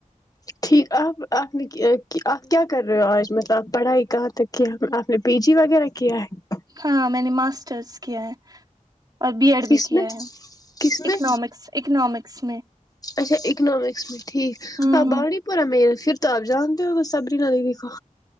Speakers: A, on the left (about 25°); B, on the right (about 30°).
A: ٹھیک آپ آپ نے کہ آپ کیا کر رہے ہو آج مطلب آپ پڑھائی کہاں تک کیا آپ نے پی جی وغیرہ کیا ہے
B: ہاں میں نے ماسٹرس کیا ہے اور بی ایڈ بھی
A: کس
B: کیا
A: میں
B: ہے
A: کس
B: اکنامکس
A: میں
B: اکنامکس میں
A: اچھا اکنامکس میں ٹھیک
B: ہوں
A: آ
B: ہوں
A: بانڑی پورہ میر پھر تو آپ جانتے ہو گ سبری ن ہی دیکھو